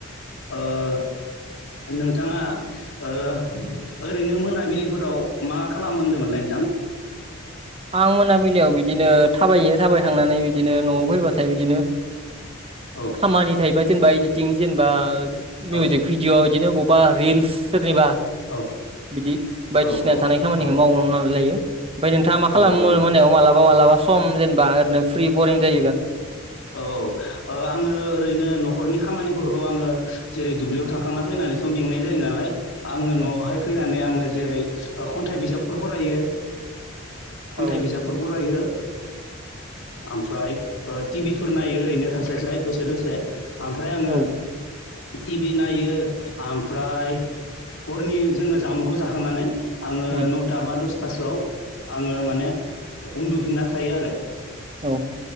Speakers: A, on the left (about 70°); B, on the right (about 25°).
A: ओ नोंथाङा ओ ओरैनो मोनाबिलिफोराव मा खालामो होन्दोंमोनलाय नोंथां <inaudible>
B: आं मोनाबिलियाव बिदिनो थाबायो थाबायखांनानै
A: औ
B: बिदिनो न'आव फैबाथाय बिदिनो
A: औ
B: खामानि थायोबा जेनेबा इदिटिं जेनेबा मिउजिक
A: औ
B: भिडिअ' बिदिनो ब बा रिल्स सोरनिबा
A: औ
B: बिदि बायदिसिना
A: औ औ
B: थानाय खामानिखौ मावनो ना लायो नोंथाङा
A: औ
B: मा खालामो
A: औ नंगौ
B: मोनायाव मालाबा मालाबा सम जेनेबा ओरैनो फ्रि बरिं जायोबा
A: औ औ आङो ओरैनो न'खरनि खामानिफोरखौ आङो जेरै दुब्लियाव थांखांना फैनानै सम मेंनाय जायो नालाय आङो
B: उम
A: न'आवहाय फैनानै आङो जेरै खन्थाइ बिजाबफोर फरायो खन्थाइ
B: औ
A: बिजाबफोर फरायो ओमफ्राय टिभि फोर नायो ओरैनो थास्लाय स्लाय दसे दसे ओमफ्राय आङो
B: औ
A: टि बि नायो ओमफ्राय हरनि जोङो जामुंखौ जाखांनानै आङो
B: उम
A: नौथा बा दसथासोआव आङो माने उन्दुफिनना थायो आरो
B: औ